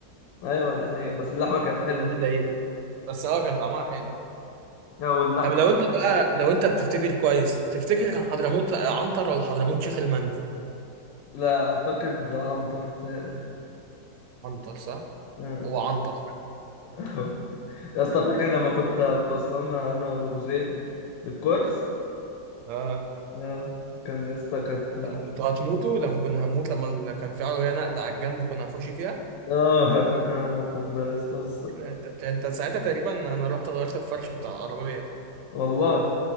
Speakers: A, on the left (about 85°); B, on the right (about 75°).
A: ايوه دي حقيقة بس اللحمة كانت حلوة
B: ده اللي ضايقني بس اه كان طعمها حلو
A: يا واللحمة
B: طب لو انت بقى لو انت بتفتكر كويس تفتكر كان حضرموت عنتر ولا حضرموت شيخ المندي
A: لا اعتقد عنتر بتهيألي
B: عنتر صح
A: آه.
B: هو عنتر فعلا.
A: <laughs> يا اسطى فاكر لما كنت بتوصلنا انا وابو زيد للكورس
B: اه
A: آه. كان يا اسطى كانت
B: لما كنت هتموتوا لما كنا هنموت لما ال- كان في عربيه نقله على الجنب وكنا هنخش فيها
A: اه فاكر أنا الموقف ده يا اسطى بس
B: انت انت ساعتها تقريبا انا رحت غيرت الفرش بتاع العربيه
A: والله